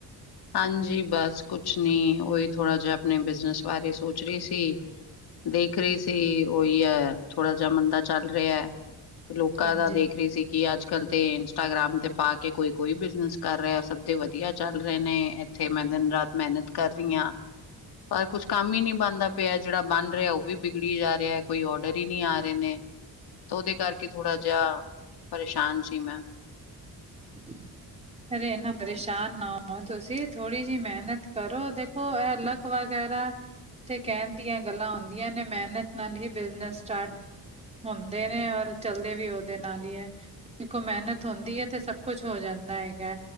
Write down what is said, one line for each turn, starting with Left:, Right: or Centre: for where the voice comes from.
Left: ਹਾਂਜੀ ਬਸ ਕੁਛ ਨੀ, ਉਹੀ ਥੋੜਾ ਜਿਆ ਅਪਣੇ ਬਿਜਨਸ ਬਾਰੇ ਸੋਚ ਰਹੀ ਸੀ। ਦੇਖ ਰਹੀ ਸੀ ੳਈ ਐ ਥੋੜਾ ਜਾ ਮੰਦਾ ਚੱਲ ਰਿਆ। ਲੋਕਾਂ
Right: ਹਾਂਜੀ
Left: ਦਾ ਦੇਖ ਰੀ ਸੀ ਕਿ ਅੱਜ ਕਲ ਤੇ ਇੰਸਟਾਗ੍ਰਾਮ ਤੇ ਪਾ ਕੇ ਕੋਈ ਕੋਈ ਬਿਜਨਸ ਕਰ ਰੇਆ, ਸਭ ਦੇ ਵਧਿਆ ਚੱਲ ਰਹੇ ਨੇ ਏਥੇ ਮੈਂ ਦਿਨ- ਰਾਤ ਮੇਹਨਤ ਕਰ ਰਹੀ ਆ। ਪਰ ਕੁਛ ਕੰਮ ਹੀ ਨੀ ਬਨਦਾ ਪਿਆ ਜੇਹੜਾ ਬਨ ਰਿਹਾ ੳਹ ਵੀ ਬਿਗੜੀ ਜਾ ਰਿਹਾ ਕੋਈ ਔਡਰ ਈ ਨੀ ਆ ਰਹੇ ਨੇ। ਤੋ ੳਦੇ ਕਰਕੇ ਥੋੜਾ ਜੇਆ ਪਰੇਸ਼ਾਨ ਸੀ ਮੈਂ।
Right: ਜੀ। ਅਰੇ ਇੰਨਾ ਪਰੇਸ਼ਾਨ ਨਾ ਹੋ ਤੁਸੀਂ, ਥੋੜ੍ਹੀ ਜਿਹੀ ਮਿਹਨਤ ਕਰੋ, ਦੇਖੋ ਇਹ ਅਲੱਗ ਵਗੈਰਾ ਤੇ ਕਹਿਣ ਦੀਆਂ ਗੱਲਾਂ ਹੁੰਦੀਆਂ ਨੇ, ਮਿਹਨਤ ਨਾਲ ਹੀ ਬਿਜਨਸ ਸਟਾਟ ਹੁੰਦੇ ਨੇ ਔਰ ਚਲਦੇ ਵੀ ਉਹਦੇ ਨਾਲ ਹੀ ਹੈ, ਦੇਖੋ ਮਿਹਨਤ ਹੁੰਦੀ ਹੈ ਤੇ ਸਭ ਕੁਛ ਹੋ ਜਾਂਦਾ ਹੈਗਾ,